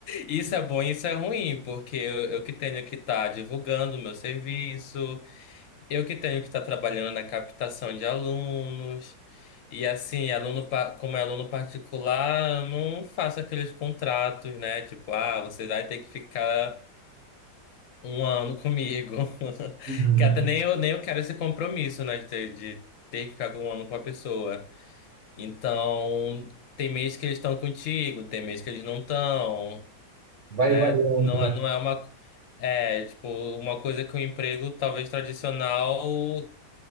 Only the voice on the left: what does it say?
Isso é bom e isso é ruim, porque eu, eu que tenho que estar divulgando o meu serviço, eu que tenho que estar trabalhando na captação de alunos. E assim, aluno, pa- como é aluno particular, eu não faço aqueles contratos, né? Tipo, ah, você vai ter que ficar um ano comigo. <laughs>
Que até nem eu, nem eu quero esse compromisso, né? De, ter- de ter que ficar um ano com a pessoa. Então, tem mês que eles estão contigo, tem mês que eles não estão,
né?
Não, é- não é uma. É, tipo, uma coisa que o emprego talvez tradicional